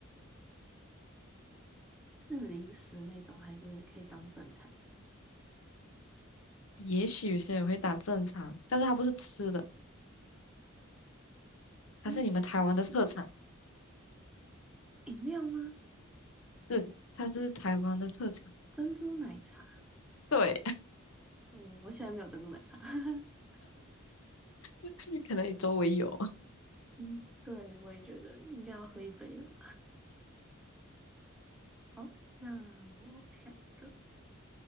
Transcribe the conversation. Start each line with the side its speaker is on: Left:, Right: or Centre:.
Centre: 是零食那种，还是可以当正餐吃？
Left: 也许有些人会当正常，但是它不是吃的，它是你们台湾的特产，
Centre: 它是饮料吗？
Left: 是，它是台湾的特产。
Centre: 珍珠奶茶？
Left: 对，
Centre: 嗯，我现在没有珍珠奶茶。<laughs>
Left: <laughs> 可能你周围有。
Centre: 嗯，对，我也觉得应该要喝一杯了吧。好，那我想一个。